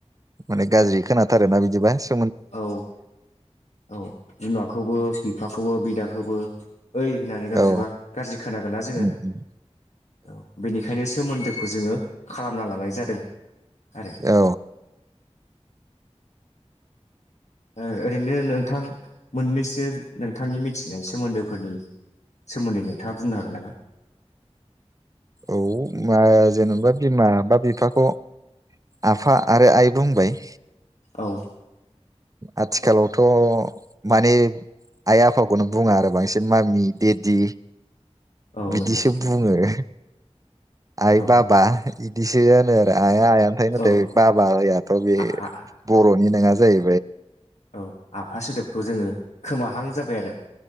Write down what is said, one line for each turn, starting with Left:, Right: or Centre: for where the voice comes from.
Right: माने गाज्रि खोनाथारो ना बिदिबा ।
Left: औ औ बिमाखौबो बिफा खौबो बिदाखोबो ओइ होननानै गाब्रिबा
Right: औ
Left: गाज्रि खोनागोनना जोङो
Right: उम उम
Left: औ बेनिखायनो सोमोन्दो खौ जोङो खालामना लानाय जादों आरो
Right: औ ।
Left: ओ ओरैनो नोंथां मोननैसो नोंथांनि मिथिनाय सोमोन्दोफोरनि सोमोन्दै नोंथाङा बुंनो हागोन नामा?
Right: औ मा जेनेबा बिमा बा बिफाखौ आफा आरो आइ बुंबाय
Left: औ
Right: आथिखालावथ' माने आइ आफाखौनो बुङा आरो बांसिन मामि देदि
Left: औ
Right: बिदिसो
Left: नंगौ
Right: बुङो । आइ
Left: औ
Right: बाबा इदिसो होनो आरो आइआ आइयानो थायो नाथाय
Left: औ
Right: बाबायाथ' बे
Left: आफा
Right: बर'नि नङा जाय
Left: औ आफा सोदोबखौ जोङो खोमाहां जाबाय आरो